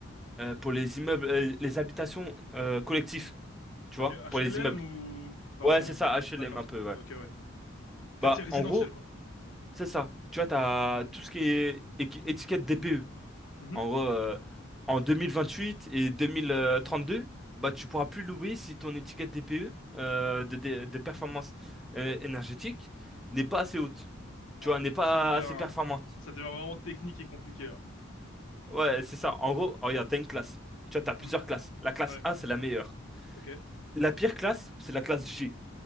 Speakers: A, in the centre; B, on the left.
A: euh, pour les immeubles, euh, les habitations euh, collectives, tu
B: Ok,
A: vois,
B: HLM
A: pour les immeubles.
B: ou pas
A: Ouais,
B: vraiment.
A: c'est ça, HLM
B: D'accord.
A: un peu, ouais.
B: Ok, ouais. Quartier
A: Bah,
B: résidentiel,
A: en gros,
B: quoi.
A: c'est ça. Tu vois, tu as tout ce qui est équi- étiquette DPE.
B: Mhm.
A: En gros, euh, en huit et deux mille trente-deux bah, tu pourras plus louer si ton étiquette DPE euh, de, de, de performance euh, énergétique n'est pas assez haute.
B: Waouh,
A: Tu vois, n'est
B: là,
A: pas
B: ça devient,
A: assez performante.
B: ça devient vraiment technique et compliqué, là.
A: Ouais, c'est ça. En gros, oh, regarde, t'as une classe. Tu vois, t'as
B: Mhm.
A: plusieurs classes. La classe
B: Ouais.
A: A, c'est la meilleure.
B: Ok.
A: La pire classe, c'est la classe G.